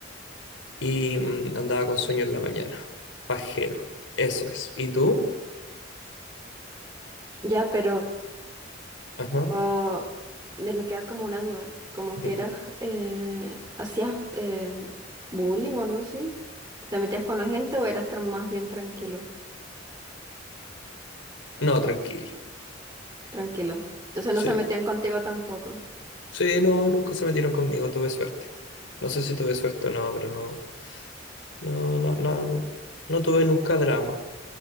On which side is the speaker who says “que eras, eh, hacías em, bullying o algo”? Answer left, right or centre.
Right